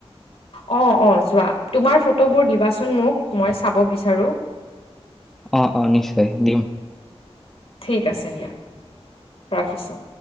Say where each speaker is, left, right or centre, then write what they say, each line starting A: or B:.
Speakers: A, on the left (about 65°); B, in the centre.
A: অ', অ', যোৱা তোমাৰ ফটোবোৰ দিবাচোন মোক মই চাব বিচাৰো।
B: অ', অ', নিশ্চয় দিম।
A: ঠিক আছে দিয়া ৰাখিছোঁ।